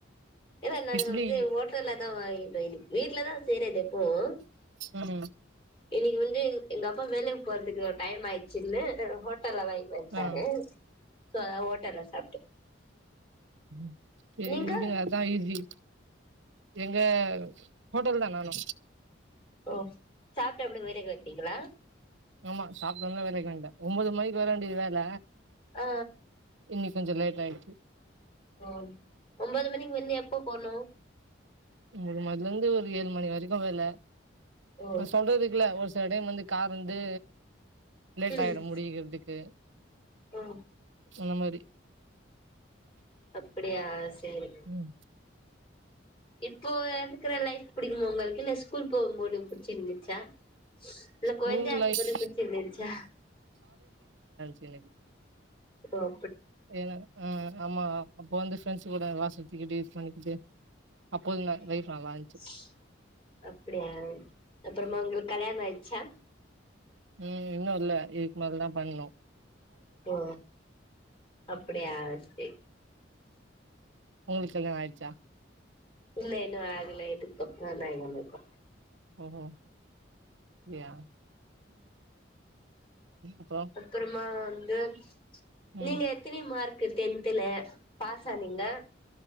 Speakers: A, on the left (about 25°); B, on the right (about 80°).
A: இல்ல நாங்க
B: இட்லி
A: வந்து ஹோட்டல்ல தா வாங்கி த இன்னிக்கி வீட்டுலதா செய்றது எப்பவு
B: ம்
A: இன்னிக்கு வந்து எங்க அப்பா வேலைக்கு போறதுக்கு டைம் ஆய்ச்சினு ஹோ டல்லா வாங்கிட்டு வண்டாரு
B: ஆ
A: சோ அதனால ஓட்டல்ல சாப்பட்டு
B: ம் செரி
A: நீங்க
B: விடுங் அதா ஈஸி எங்க ஹோட்டல் தா நானு
A: ஓ சாப்பிட்டு அப்டி வேலைக்கு கெளம்பிடீங்களா
B: ஆமா சாப்பிட்டோன்னே வேலைக்கு வன்டே ஒன்பது மணிக்கு வர வேண்டிய வேல
A: ஆ
B: இன்னைக்கு கொஞ்சோ லேட் ஆயிட்டு
A: ஒ ஒன்பது மணிக்கு வந்து எப்ப போனும்
B: <unintelligible> இருந்து ஒரு ஏழு மணி வரைக்கு வேல
A: ஓ
B: நா சொல்றதுக்குல்ல ஒரு இந்தடைம் வந்து கார் வந்து லேட்
A: ம்
B: ஆயிடும் முடியிகிறதுக்கு
A: ம்
B: அந்த மாரி
A: அப்டியா செரி
B: ம்
A: இப்போ இருக்கிற லைஃப் பிடிக்குமா உங்கள் இல்ல ஸ்கூல் போகும்போது புடிச்சிருந்து ச்சா இல்ல
B: ஸ்கூல்
A: கொழந்தையா இருக்கும்போது
B: லைஃப்
A: பிடிச்சிருந்துச்சா
B: எனக்
A: ஆஹ
B: ஏன்னா ஆ ஆமா அப்போ வந்து ஃப்ரெண்ட்ஸ் கூட எல்லா சுத்துக்கிட்டு இது பண்ணிக்கிட்டு அப்போது ந லைஃப்
A: <inaudible>
B: நல்லா இருந்துச்சு
A: அப்டியா அப்புறமா உங்களுக்கு கல்யாண ஆயிச்சா
B: உம் இன்னு இல்ல இதுக்கு மேலதா பண்ணனு
A: ஹ அப்டியா சேரி
B: உங்கள்கு கல்யாணோ ஆயிச்சா
A: இல்ல இன்னூ ஆகல இதுக்கப்றந்தா எனக்கூ
B: ஓஹோ அப்டியா
A: ம்
B: அப்றோ
A: அப்றமா து
B: ம்
A: நீங்க எத்தினி மார்க் கு டென்த்துல பாஸா நீங்க